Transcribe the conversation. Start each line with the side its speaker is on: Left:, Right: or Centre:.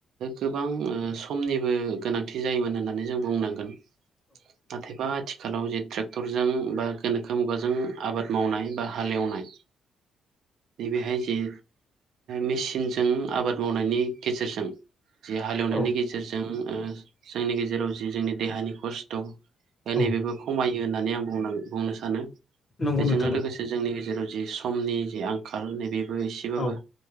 Right: गोबां ओ समनिबो गोनांथि जायोमोन होननानै जों बुंनांगोन। नाथायबा आथिखालाव जे ट्रेक्टरजों बा गोनोखो मुगाजों। जों आबाद मावनाय बा हालेवनाय। नैबेहाय जे मेसिनजों आबाद मावनायनि गेजेरजों। जि हालेवनायनि
Left: औ
Right: गेजेरजों ओ जोंनि गेजेराव जि जोंनि देहानि कस्त'। नैबेबो
Left: औ
Right: खमायो होननानै आं बुंनांगोन बुंनो सानो।
Left: नंगौ
Right: बेजोंनो
Left: नोंथां नंगौ
Right: लोगोसे जोंनि गेजेराव जि समनि जि आंखाल नैबेबो एसेबाबो।
Left: औ